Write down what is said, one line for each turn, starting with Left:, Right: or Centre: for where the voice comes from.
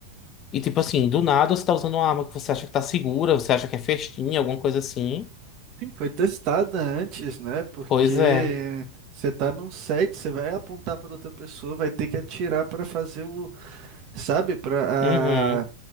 Left: E tipo assim, do nada você tá usando uma arma que você acha que tá segura, você acha que é festinha, alguma coisa assim.
Right: Sim, foi testada antes, né? Porque
Left: Pois é.
Right: você tá num set, você vai apontar para outra pessoa, vai ter que atirar para fazer o, sabe, para
Left: Uhum.
Right: a